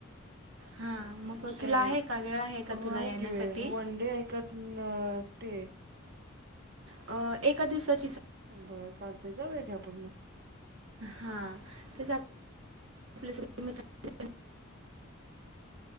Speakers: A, on the right; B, on the right.
A: हां मग तुला
B: काय
A: आहे
B: हो
A: का वेळ का तुला
B: आहे
A: येण्यासाठी
B: की वेळ वन डे हाय का स्टे
A: अ एका दिवसात
B: बरं चालतय जाऊया की आप <inaudible>
A: हा तेच आत <unintelligible> आपल्याला